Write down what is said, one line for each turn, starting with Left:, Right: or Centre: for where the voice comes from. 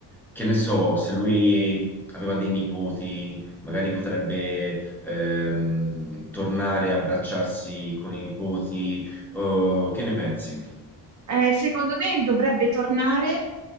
Centre: che ne so, se lui aveva dei nipoti, magari potrebbe ehm, tornare a abbracciarsi con i nipoti. Eh, che ne pensi?
Right: Eh, secondo me dovrebbe tornare,